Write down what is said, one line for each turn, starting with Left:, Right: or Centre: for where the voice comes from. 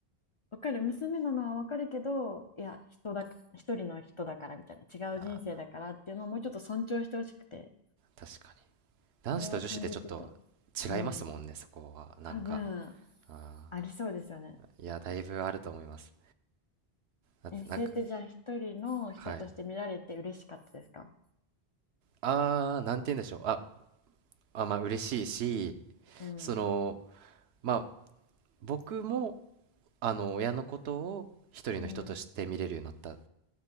Left: わかる、娘なのはわかるけど、いや、人だ、一人の人だからみたいな、違う人生だからっていうのをもうちょっと尊重してほしくて、
Right: ー、あー確かに。男子と女子でちょっと
Left: それを感じてた。うん。
Right: 違いますもんね、そこは。なんか、
Left: 多分、
Right: あ
Left: ありそうですよね。
Right: ー、いや、だいぶあると思います。だって、
Left: え、それってじゃあ一人の人として見られて嬉しかったですか
Right: なんか、はい。ああー、なんて言うんでしょう。あ、あ、まあ、嬉しいし、
Left: うん。
Right: その、まあ、僕も、あの親のことを一人の人として見れるようになったっ
Left: うん